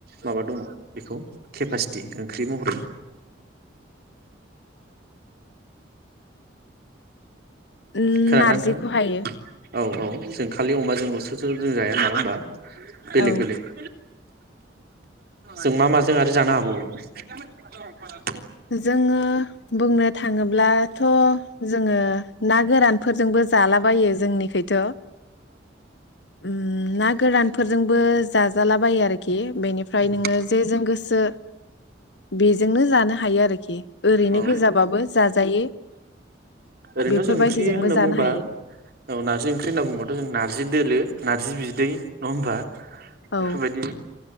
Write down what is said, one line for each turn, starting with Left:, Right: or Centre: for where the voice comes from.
Right: माबा दङ बेखौ केपासिटि ओंख्रि महरै
Left: उम
Right: खोनादोंना
Left: नारजिखौ
Right: नोंथां
Left: हायो।
Right: औ औ जों खालि अमाजोंल सो जों जाया नामा होमबा? बेलेग-
Left: औ
Right: बेलेग। जों मा माजों आरो जानो हाबावो?
Left: जोङो बुंनो थाङोब्लाथ' जोङो ना गोरान फोरजोंबो जालाबायो जोंनिखैथ'। ओम ना गोरानफोरजोंबो जाजालाबायो आरोखि आरोखि बेनिफ्राय
Right: औ
Left: नोंङो जेजों गोसो बेजोंनो जानो आरोखि ओरैनो
Right: औ
Left: गोजाबाबो जाजायो
Right: ओरैनोथ'
Left: बेफोरबायदिजोंबो
Right: जों ओंख्रि होनना
Left: जानो
Right: बुंबा
Left: हायो
Right: औ नारजि ओंख्रि होनना बुंङोब्लाथ' जों नारजि दोलो नारजि बिदै नङा होमबा?
Left: औ
Right: बेफोरबायदि